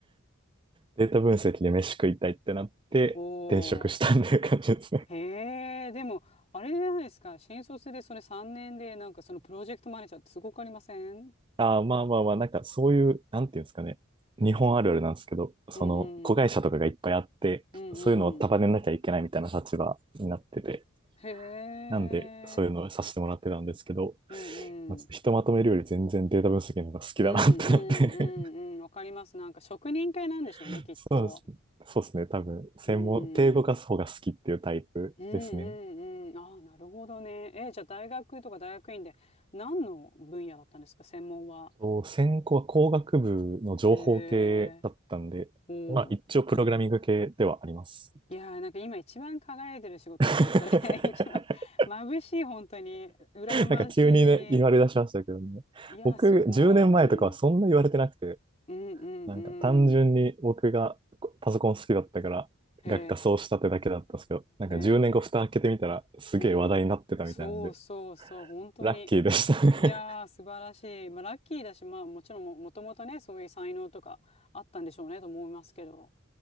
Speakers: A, on the right (about 25°); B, on the left (about 30°).
A: データ分析で飯食いたいってなって、
B: おー。
A: 転職したんていう感じですね
B: へえ、でも、あれじゃないですか。新卒でそれ3年で、なんかそのプロジェクトマネージャーってすごくありません
A: ああ、まあまあまあ、なんかそういう、なんていうんですかね。日本あるあるなんですけど、その、
B: うんうん。
A: 子会社とかがいっぱいあって、
B: うんうん。
A: そういうのを束ねなきゃいけないみたいな立場になってて、
B: へえ。
A: なんで、そういうのをさせてもらってたんですけど、
B: うんうん。
A: まあ、ちょっとひとまとめるより全然データ分析の方が好きだなってなって
B: うんうんうんうん。わかります。なんか職人系なんでしょうね、
A: <laughs>
B: きっと。
A: そうですね。そうですね。多分、専門、
B: うん。
A: 手動かす方が好きっていうタイプですね。
B: うんうんうん。ああ、なるほどね。えじゃあ大学とか大学院で何の分野だったんですか、専門は。
A: と専攻は工学部の情報系だったんで、
B: へえおお。
A: まあ一応プログラミング系ではあります。
B: いやー、なんか今一番輝いてる仕事ですね。
A: <laughs>
B: それ <laughs> 一番眩しい、本当に。羨まし
A: なんか急にね、言われ出しましたけどね。
B: い。いやー、
A: 僕、
B: すごい。
A: 10年前とかはそんな言われてなくて、
B: うん。うんうん
A: なんか単純に僕がパソコン好きだったから、
B: うん。
A: 学科そうしたってだけだったんですけど、
B: へ
A: なんか10年後蓋開けてみたら、
B: え。
A: すげえ話題になってたみたいなんで、
B: うん。そうそうそう、本当に。
A: ラッキーでしたね。
B: いやー、素晴らしい。まあ、ラッキーだし、まあ、もちろんも、もともとね、そういう才能とかあったんでしょうね、と思いますけど。